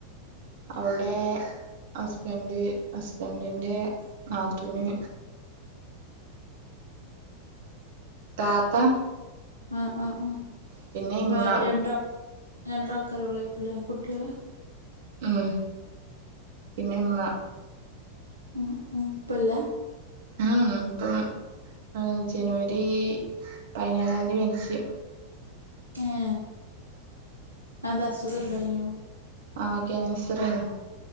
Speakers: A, on the right; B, on the right.
A: അവിടെ ഹസ്ബൻഡ് ഹസ്ബൻഡിന്റെ നാത്തൂന് താത്ത
B: ആ ആ ആ
A: പിന്നെ ഇമ്മ
B: വേ എന്ത രണ്ടാൾക്കാര് ഒള്ളോയ്ക്കൂലെ കുട്ടിയള്
A: ഉം പിന്നെ മ്മ
B: ഉം ഉം ഇപ്പല്ല
A: ഊം ഉം ഉപ്പൊന്നും ആ ജനുവരി പതിനാലാം തീയതി മരിച്ച്
B: ഏ അന്താ അസുഖണ്ടായിനോ
A: ആ കാൻസറയ്നിം